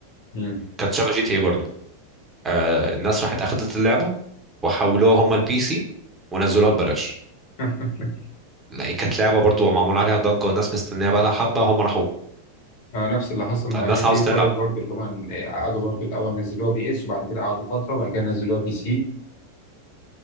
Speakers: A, on the left; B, on the right.
A: مم.
B: كانت شبه جي تي اي برضه آه الناس راحت اخدت اللعبه وحولوها هما البي سي ونزلوها ببلاش
A: <laughs>
B: لا كانت لعبه برضه معمول عليها ضجه والناس مستنيها بقى لها حبه هما راحوا
A: آه، نفس اللي حصل مع
B: الناس
A: جي تي
B: عاوزه
A: اي 5 برضه اللي هم قعدوا برضه الاول نزلوها بي اس وبعد كده قعدوا فتره وبعد كده نزلوها بي سي